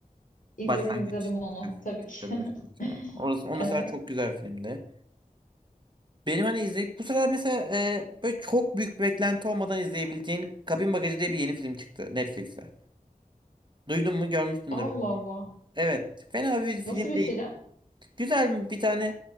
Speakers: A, on the left; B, on the right.
A: İzledim
B: Başlangıç.
A: izledim onu
B: Türkçe'de
A: tabii ki.
B: başlangıç.
A: <laughs>
B: Aynen. Orası, o mesela
A: Ee,
B: çok güzel bir filmdi. Benim hani izleyip bu sıralar mesela e, böyle çok büyük beklenti olmadan izleyebileceğin Kabin Bagajı diye bir yeni film çıktı Netflix'te. Duydun mu? Görmüşsündür
A: Allah
B: belki.
A: Allah.
B: Evet. Fena bir film
A: Nasıl bir
B: değil.
A: film?
B: Güzel bir tane